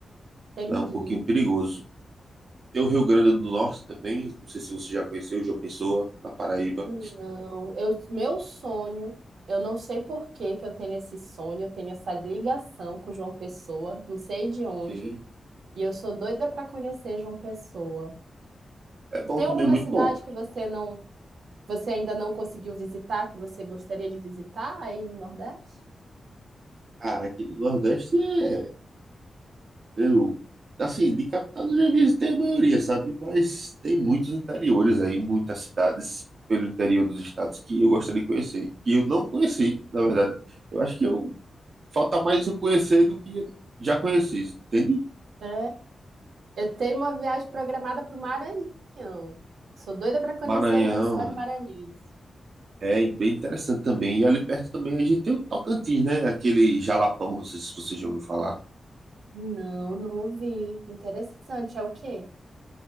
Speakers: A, on the right; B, on the right.
A: Entendi.
B: Lá é um pouquinho perigoso. Tem o Rio Grande do Norte também, não sei se você já conheceu, João Pessoa, na Paraíba.
A: Não, eu, meu sonho, eu não sei por que que eu tenho esse sonho, eu tenho essa ligação com João Pessoa, não sei de onde.
B: Sim.
A: E eu sou doida para conhecer João Pessoa.
B: É bom
A: Tem
B: também,
A: alguma
B: muito
A: cidade
B: bom.
A: que você não, que você ainda não conseguiu visitar, que você gostaria de visitar aí no Nordeste?
B: Cara, aqui no Nordeste é. Eu, assim, de capital eu já vi tem a maioria, sabe? Mas tem muitos interiores aí, muitas cidades pelo interior dos estados que eu gostaria de conhecer. Que eu não conheci, na verdade. Eu acho que eu falta mais eu conhecer do que já conheci, entende?
A: É. Eu tenho uma viagem programada para o Maranhão. Sou doida para conhecer
B: Maranhão
A: os lençóis maranhenses.
B: é bem interessante também. E ali perto também a gente tem o Tocantins, né? Aquele jalapão, não sei se você já ouviu falar.
A: Não, não ouvi. Interessante. É o quê?